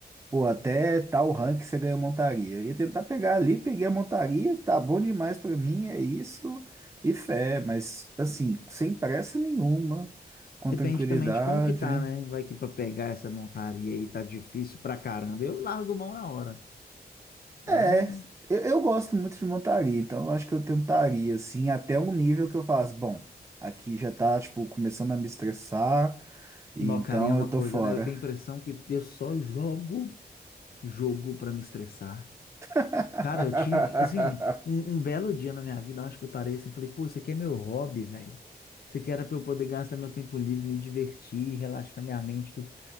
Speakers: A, on the right; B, on the left.
A: pô, até tal rank você ganha montaria. Eu ia tentar pegar ali, peguei a montaria, tá bom demais pra mim, é isso, e fé, mas assim, sem pressa nenhuma, com
B: Depende
A: tranquilidade.
B: também de como que tá, né? Vai que pra pegar essa montaria aí tá difícil pra caramba. Eu largo mão na hora. Eu
A: É,
B: não.
A: eu, eu gosto muito de montaria, então eu acho que eu tentaria, assim, até um nível que eu falasse, bom, aqui já tá, tipo, começando a me estressar, e
B: Não,
A: então
B: cara, e é uma
A: eu tô
B: coisa,
A: fora.
B: né? Eu tenho a impressão que eu só jogo jogo pra me estressar.
A: <laughs>
B: Cara, eu tinha, assim, um, um belo dia na minha vida, eu acho que eu parei assim, e falei, pô, isso aqui é meu hobby, velho. Isso aqui era pra eu poder gastar meu tempo livre, me divertir, relaxar minha mente, tudo.